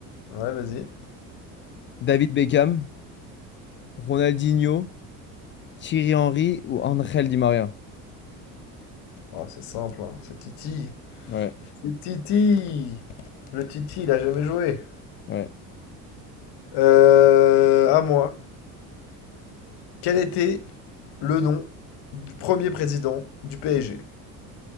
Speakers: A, on the left; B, on the left.
A: Ouais, vas-y.
B: David Beckham, Ronaldinho, Thierry Henry ou Angel Di Maria?
A: Oh, c'est simple, hein, C'est Titi.
B: Ouais,
A: C'est Titi. Le Titi, il a jamais joué.
B: ouais.
A: Euh, à moi. Quel était le nom du premier président du PSG?